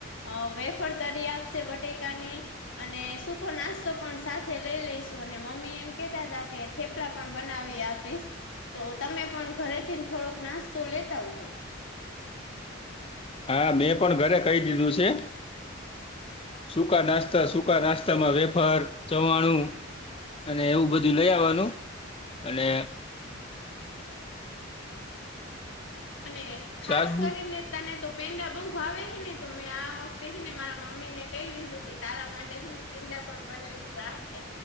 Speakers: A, on the left (about 70°); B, on the left (about 25°).
A: અ વેફર તરી આપશે બટેકાની. અને સૂકો નાસ્તો પણ સાથે લઈ લઈશું અને મમ્મી એમ કેતા હતા કેે. પણ બનાવી આપીશ તો તમે પણ ઘરેથીને થોડોક નાસ્તો લેતા આવજો.
B: હા મેં પણ ઘરે કહી દીધું છે. સૂકા નાસ્્તા સુૂકા નાસ્્તામાં વેફાર ચવાણું. અને એવું બધું લઈ આવવાનું અને.
A: અને ખાસ
B: સાદું
A: કરીને. તને તો પેંડા બહુ ભાવે હ ને તો મેં આ વખતેને મારા મમ્મી ને કહી દીધું કે તારા માટેને. મીડા પણ બનાવીને રાખે.